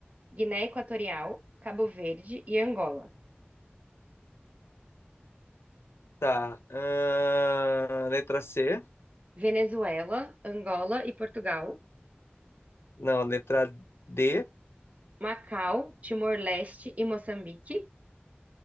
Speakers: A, on the right; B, on the left.
A: Guiné Equatorial, Cabo Verde e Angola.
B: Tá. ahn, letra C.
A: Venezuela, Angola e Portugal.
B: Não, letra D
A: Macau, Timor-Leste e Moçambique.